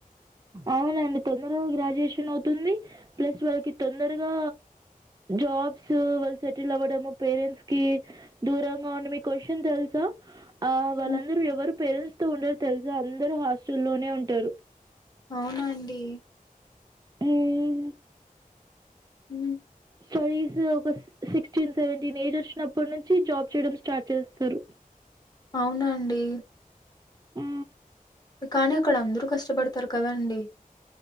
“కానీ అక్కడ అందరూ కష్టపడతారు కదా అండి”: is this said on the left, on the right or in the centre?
Left